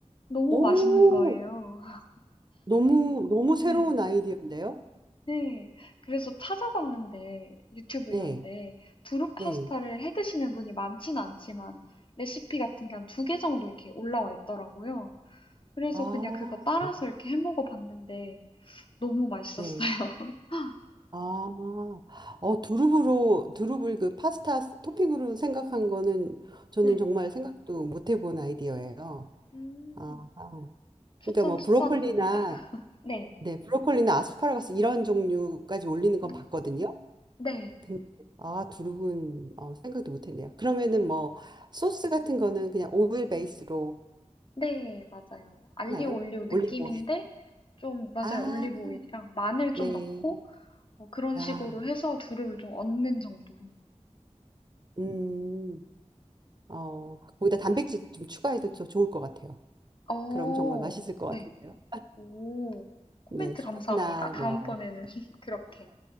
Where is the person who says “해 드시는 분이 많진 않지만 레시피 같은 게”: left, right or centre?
Left